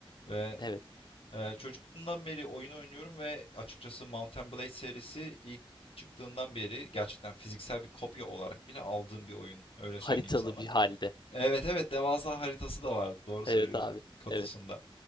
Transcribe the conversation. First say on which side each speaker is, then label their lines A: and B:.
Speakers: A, on the left; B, on the left.
A: Ve
B: Evet.
A: e, çocukluğumdan beri oyun oynuyorum ve açıkçası Mount Blade serisi ilk çıktığından beri gerçekten fiziksel bir kopya olarak bile aldığım bir oyun öyle
B: Haritalı
A: söyleyeyim sana.
B: bir halde.
A: Evet evet devasa haritası da vardı doğru söylüyorsun
B: Evet abi.
A: kutusunda.
B: Evet.